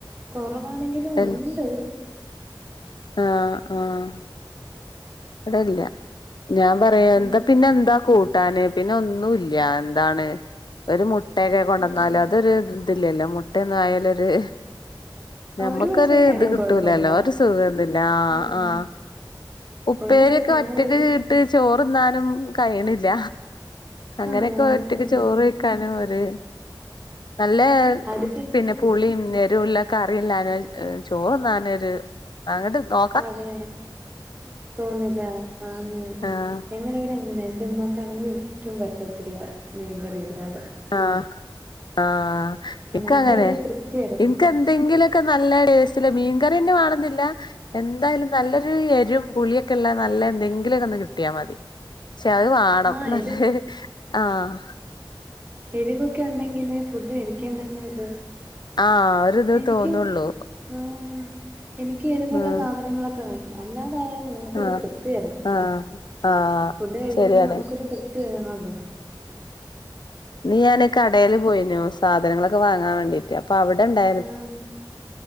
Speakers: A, on the right; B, on the left.
A: കൊറവാണെങ്കിലും
B: ആഹ്
A: ഒണ്ട്
B: ആഹ് -ആഹ് ഇവിടില്ല ഞാൻ പറയാ
A: ഉം
B: എന്താ പിന്നെ എന്താ കൂട്ടാന് പിന്നെ ഒന്നും ഇല്ല്യ എന്താണ് ഒരു മുട്ടയൊക്കെ കൊണ്ടുവന്നാല്
A: ഉം
B: അതൊരു ഇതില്ലല്ലോ മുട്ടയൊന്ന് ആയാലൊര്
A: ആഹ്
B: ഞമ്മക്കൊരു
A: ഒരു ദിവസൊക്കെ
B: ഇത്
A: ആണെങ്കി
B: കിട്ടൂലല്ലോ
A: കൊഴപ്പല്ല
B: ഒരു സുഖം ആഹ്
A: ഉം
B: ഉപ്പേരിയൊക്കെ
A: ഒരു ദിവസം നമ്മള്
B: ഒറ്റക്ക് ഇട്ട് ചോറുന്നാനും കഴിയണില്ല അങ്ങനെയൊക്കെ
A: ആഹ്
B: ഒറ്റക്ക് ചോറ് കഴിക്കാനും ഒരു നല്ലേ
A: അടുപ്പിച്ച്
B: പിന്നെ പുളിയും എരിവുള്ള കറിയില്ലാഞ്ഞാൽ ചോറുന്നാനൊരു അങ്ങട്ട് നോ
A: അതെ തോന്നില്ലാ ആന്ന്
B: ആഹ്
A: എങ്ങനെ എങ്ങനെ എന്റുമ്മാക്കാണെങ്കി ഒട്ടും പറ്റത്തില്ല മീൻ കറിയില്ലാതെ
B: ആഹ് ആഹ് ഇക്കങ്ങനെ
A: എന്തോ ഒരു തൃപ്തി വരത്തില്ല
B: എൻക്ക് എന്തെങ്കിലൊക്കെ നല്ലെ ഒരു സ്റ്റില് മീൻകറിയന്നെ വേണന്നില്ല എന്തായാലും നല്ലൊരു എരിവും പുളിയൊക്കെ ഉള്ള നല്ല എന്തെങ്കിലൊക്കെ ഒന്ന് കിട്ടിയാ മതി ക്ഷെ അത് വാണം
A: ആഹ്
B: നല്ലെ
A: എരു
B: ആഹ്
A: എരിവൊക്കെ ഉണ്ടെങ്കില് ഫുഡ് കഴിക്കാൻ തന്നെ ഒരു
B: ആഹ് ഒരിത്
A: എനിക്കും
B: തോന്നുള്ളൂ
A: ആഹ് എനിക്ക് എരുവുള്ള
B: ആഹ്
A: സാധനങ്ങളൊക്കെ വേണം അല്ലാതായ നമുക്കൊരു
B: ആഹ്
A: തൃപ്തി വരത്തില്ല
B: ആഹ് ആഹ്
A: ഫുഡ് കഴിക്കുമ്പോ
B: ശരിയാണ്
A: നമുക്കൊരു തൃപ്തി വേണോല്ലോ <unintelligible>
B: ഇന്നി ഞാന് കടയില് പോയിനു സാധനങ്ങളൊക്കെ വാങ്ങാൻ വേണ്ടീട്ട് അപ്പൊ അവിടൊണ്ടാ
A: ഉം